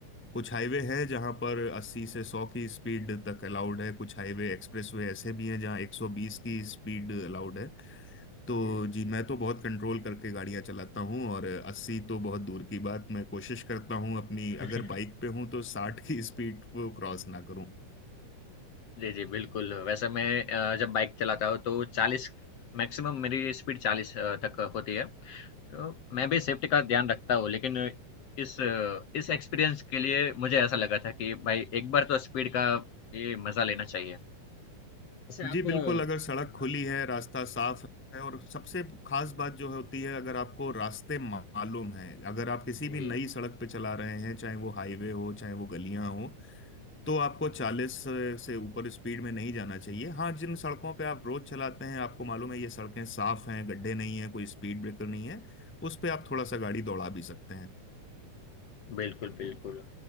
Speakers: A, in the centre; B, on the left (about 55°).
A: कुछ हाईवे हैं जहां पर 80 से 100 की स्पीड तक अलाउड है कुछ हाईवे एक्सप्रेसवे ऐसे भी हैं जहां 120 की स्पीड अलाउड है तो
B: जी।
A: जी मैं तो बहुत कंट्रोल करके गाड़ियां चलाता हूँ और अस्सी तो बहुत दूर की बात मैं कोशिश करता हूँ अपनी
B: <laughs>
A: अगर बाइक पे हूँ तो साठ की स्पीड को क्रॉस ना करूँ
B: जी, जी, बिल्कुल। वैसे मैं अ, जब बाइक चलाता हूँ तो 40 मैक्सिमम मेरी स्पीड 40 अ, तक होती है। अ, मैं भी सेफ्टी का ध्यान रखता हूँ लेकिन इस अ, इस एक्सपीरियंस के लिए मुझे ऐसा लगा था कि भाई एक बार तो स्पीड का ये मजा लेना चाहिए। वैसे आप
A: जी बिल्कुल
B: अ,
A: अगर सड़क खुली
B: हाँ,
A: है रास्ता साफ है और सबसे खास बात जो होती है अगर आपको रास्ते मालूम है अगर आप किसी
B: जी।
A: भी नई सड़क पे चला रहे हैं चाहे वो हाईवे हो चाहे वो गलियां हो तो आपको चालीस से ऊपर स्पीड में नहीं जाना चाहिए हाँ जिन सड़कों पे आप रोज चलाते हैं आपको मालूम है ये सड़कें साफ हैं गड्ढे नहीं हैं कोई स्पीड ब्रेकर नहीं है उस पे आप थोड़ा सा गाड़ी दौड़ा भी सकते हैं
B: बिल्कुल, बिल्कुल।